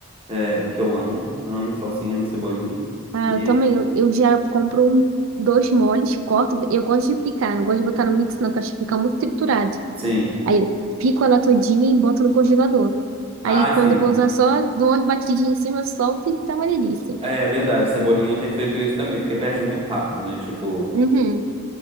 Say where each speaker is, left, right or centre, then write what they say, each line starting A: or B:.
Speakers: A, on the right; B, on the right.
A: é, que eu amo. Amo salsinha, amo cebolinha.
B: ah,
A: E
B: eu também, eu, eu já compro um, dois moles, corto, eu gosto de picar, não gosto de botar no mix não, que eu acho que fica muito triturado.
A: sim.
B: Aí eu pico ela todinha e boto no congelador. Aí
A: Ah,
B: quando
A: sim.
B: eu vou usar só, dou umas batidinhas em cima, solto e tá uma delícia.
A: É verdade, cebolinha eu tenho feito isso também, porque perde muito rápido, né? Tipo,
B: Uhum.
A: <coughs>